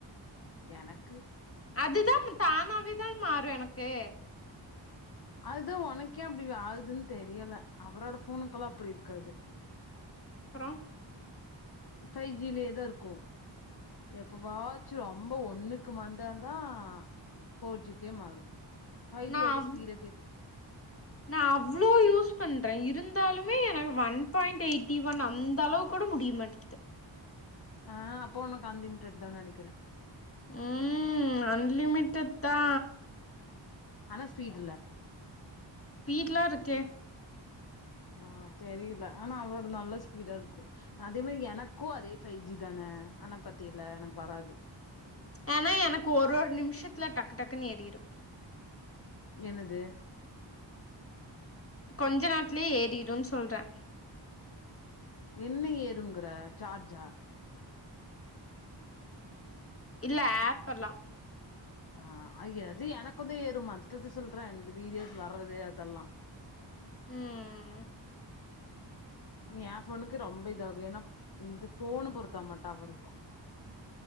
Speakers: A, on the left; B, on the left.
A: எனக்கு
B: அதுதா தானாவே தா மாறு எனக்கு
A: அதுதா ஒனக்கு ஏ அப்டி ஆகுதுன் தெரியல அவரோட ஃபோனுக்குலா அப்டி இருக்காது
B: அப்றோ
A: ஃபை ஜிலே தா இருக்கு எப்ப வாச்சு ரொம்ப ஒன்னுக்கு வந்தா தா ஃபோர் ஜிக்கே மாறு ஃபைவ்
B: நா
A: ஜி எவ்ளோ
B: அவ்
A: ஸ்பீடா கேட்டு
B: நா அவ்ளோ யூஸ் பண்றே இருந்தாலுமே எனக்கு ஒன் பாயிண்ட் எயிட் ஈவன் அந்த அளவுக் கூட முடிய மாட்டிக்கிது
A: ஆ அப்போ ஒனக்கு அன்லிமிட்டட் தா நெனைக்கிறே
B: ம் அன்லிமிட்டட் தா
A: ஆனா ஸ்பீட் இல்ல
B: பீட்லா இருக்கே
A: ஆ தெரில ஆனா அவரோடது நல்லா ஸ்பீடா இருக்கு அதே மாரி எனக்கு அதே ஃபை ஜி தானே ஆனா பாத்திலா எனக்கு வராது
B: ஏனா எனக்கு ஒரு ஒரு நிமிஷத்துல டக்கு டக்குன் ஏறிடு
A: என்னது
B: கொஞ்ச நேரத்லே ஏறிடுன் சொல்றே
A: என்ன ஏறுங்கற ஜார்ஜா
B: இல்ல ஆப்பெல்லா
A: ஆ ஐய்ய அது எனக்கு தா ஏறு மத்தது சொல்றே இந்த வீடியோஸ் வறது அதெல்லா
B: ம்
A: ஏ ஃபோனுக்கு ரொம்ப இதாகு ஏனா இந்த ஃபோனு பொருத்தாமா டவரு